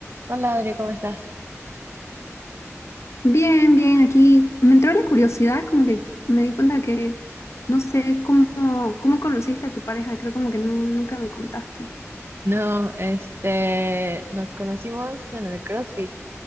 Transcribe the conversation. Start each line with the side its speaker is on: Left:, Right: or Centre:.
Right: Hola Adri, ¿cómo estás?
Left: Bien, bien, aquí me entró la curiosidad, como que me di cuenta que no sé cómo, cómo conociste a tu pareja, creo como que nu- nunca me contaste.
Right: No, este, nos conocimos en el CrossFit.